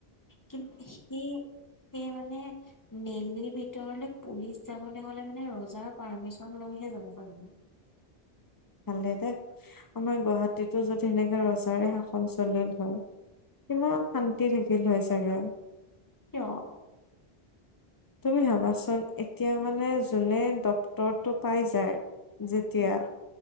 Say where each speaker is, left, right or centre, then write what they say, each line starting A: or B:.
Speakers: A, on the left; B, on the left.
A: কিন্ত সেই সেই মানে নেলিৰ ভিতৰলে পুলিচ যাবলৈ হলে মানে ৰজাৰ পাৰ্মিচন লৈহে যাব পাৰিব
B: ভালেই দে, আমাৰ গুৱাহাটীতো যদি সেনেকা ৰজাৰে শাসন চলিল হয় কিমান শান্তি থাকিল হয় চাগে
A: কিয়?
B: তুমি ভাবাচোন? এতিয়া মানে যোনে ডক্টৰ টো পাই যায় যেতিয়া
A: উম